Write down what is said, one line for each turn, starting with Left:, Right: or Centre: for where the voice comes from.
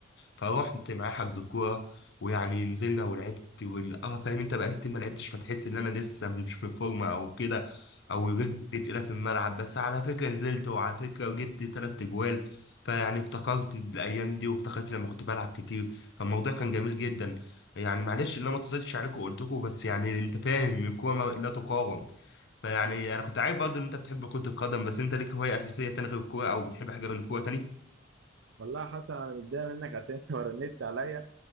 Left: فروحت معاه حجز الكوره ويعني نزلنا ولعبت وال... اه فاهم انت بقالي كتير ما لعبتش فتحس ان انا لسه مش في فورمه او كده او رجلي تقيله في الملعب بس على فكره نزلت وعلى فكره جبت تلات اجوال فيعني افتكرت الايام دي وافتكرت لما كنت بلعب كتير فالموضوع كان جميل جدا يعني معلش ان انا ما اتصلتش عليكم وقلت لكم بس يعني انت فاهم الكوره ما- لا تقاوم فيعني انا كنت عارف برضه ان انت بتحب كرة القدم بس انت ليك هواية اساسية تاني غير الكورة او بتحب حاجة غير الكورة تاني
Right: والله يا حسن انا متضايق منك عشان <laughs> انت ما رنتش عليا